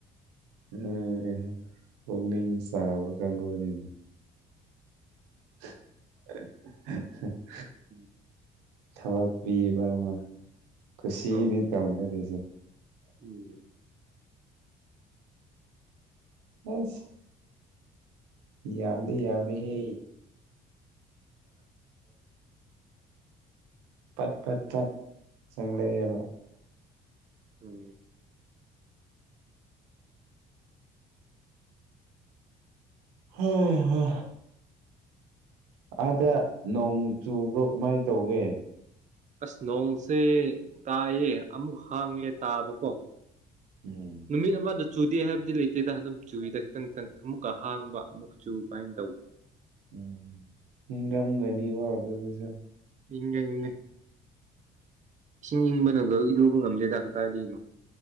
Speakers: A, on the right; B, on the right.
A: ꯎꯝ ꯄꯨꯛꯅꯤꯡ ꯆꯥꯎꯕ ꯀꯪꯒꯨꯅꯤꯅꯦ <inaudible>
B: ꯎꯝ
A: ꯊꯕꯛ ꯄꯤꯕ ꯑꯃ ꯀꯨꯁꯤꯅꯤ
B: ꯑꯣ
A: ꯇꯧꯅꯔꯤꯁꯦ
B: ꯎꯝ
A: ꯍꯩꯁ ꯌꯥꯝꯗꯤ ꯌꯥꯝꯃꯤꯍꯦ ꯄꯠ ꯄꯠ ꯄꯠ ꯆꯪꯂꯦꯕ
B: ꯎꯝ
A: ꯍꯥ ꯍꯥ ꯑꯥꯗ ꯅꯣꯡ ꯆꯨꯕ꯭ꯔꯣ ꯀꯃꯥꯏꯅ ꯇꯧꯒꯦ
B: ꯑꯁ ꯅꯣꯡꯁꯦ ꯇꯥꯏꯌꯦ ꯑꯃꯨꯛ ꯍꯥꯡꯉꯦ ꯇꯥꯕꯀꯣ
A: ꯎꯝ
B: ꯅꯨꯃꯤꯠ ꯑꯃꯗ ꯆꯨꯗꯦ ꯍꯥꯏꯕꯗꯤ ꯂꯩꯇꯦꯗ ꯑꯗꯨꯝ ꯆꯨꯏꯗ ꯈꯤꯇꯪ ꯈꯤꯇꯪ ꯑꯃꯨꯛꯀ ꯍꯥꯡꯕ ꯑꯃꯨꯛꯀ ꯆꯨꯕ ꯗꯥꯏꯅ ꯇꯧꯕ
A: ꯎꯝ ꯏꯪꯉꯝꯒꯅꯤꯕꯣ ꯑꯗꯨꯗꯁꯨ
B: ꯏꯪꯉꯦ ꯏꯪꯉꯦ ꯏꯁꯤꯡ ꯏꯪꯕꯅꯗ ꯏꯔꯨꯕ ꯉꯝꯗꯦ ꯇꯥ ꯀꯗꯥꯏꯗꯩꯅꯣ